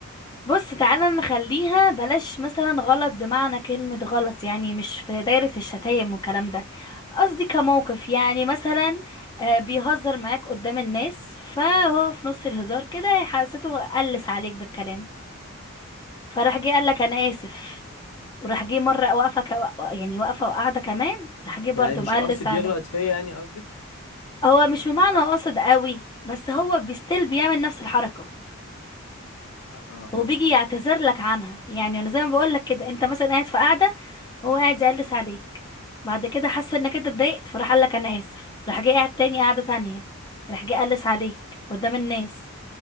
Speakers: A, on the left (about 20°); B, on the left (about 85°).
A: بص تعالى نخليها بلاش مثلا غلط بمعنى كلمة غلط يعني مش في دايرة الشتايم والكلام ده قصدي كموقف يعني مثلا آه، بيهزر معاك قدام الناس فهو في نص الهزار كده حسيته قلس عليك بالكلام فراح جه قال لك انا اسف وراح جه مره واقفه كوا- يعني واقفه وقاعده كمان راح جه برضه
B: يعني مش
A: مقلس
B: قاصد
A: عليك
B: يغلط فيا يعني قصدك
A: هو مش بمعنى قاصد قوي بس هو بيستيل بيعمل نفس الحركه
B: اه
A: هو بيجي يعتذر لك عنها يعني انا زي ما بقول لك كده انت مثلا قاعد في قاعده هو قاعد يقلس عليك بعد كده حس انك انت اتضايقت فراح قال لك انا اسف راح جاي قاعد تاني قاعده تانية راح جاي قلس عليك قدام الناس